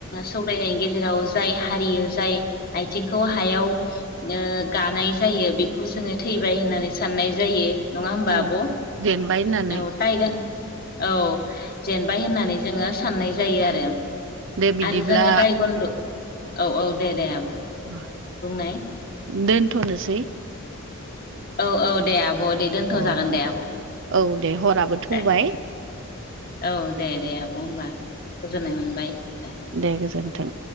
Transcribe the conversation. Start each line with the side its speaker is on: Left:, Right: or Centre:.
Left: सौलायनायनि गेजेराव जाय हारियो जाय आथिंखौ हायाव ओ गानाय जायो बेखौ जोङो थैबाय होननानै साननाय जायो नङा होमबा
Right: औ
Left: आब' औ
Right: जेनबाय होननानै
Left: टाइगान औ जेनबाय होननानै जोङो साननाय जायो आरो
Right: दे बिदिब्ला
Left: आरो जोङो टाइकुन्द' औ औ दे दे आब'
Right: <inaudible>
Left: बुंनाय
Right: दोनथ'नोसै
Left: औ औ दे आब' दे दोन्थ'
Right: औ
Left: जागोन दे आब'
Right: औ दे हराबो थौबाय
Left: दे औ दे दे आब' होनबा गोजोननाय मोनबाय दे।
Right: दे गोजोन्थों